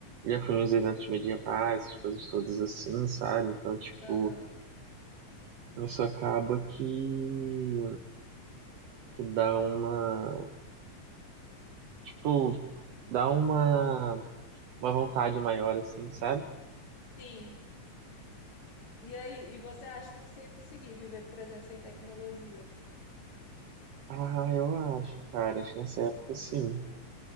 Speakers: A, on the right; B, on the left.
A: já fui nos eventos medievais, essas coisas todas assim, sabe? Então, tipo,
B: Aham,
A: isso acaba que, que dá uma, tipo, dá uma, uma vontade maior, assim, sabe?
B: Sim. E aí, e você acha que você ia conseguir viver, por exemplo, sem tecnologia?
A: Ah, eu acho, cara. Acho que nessa época sim.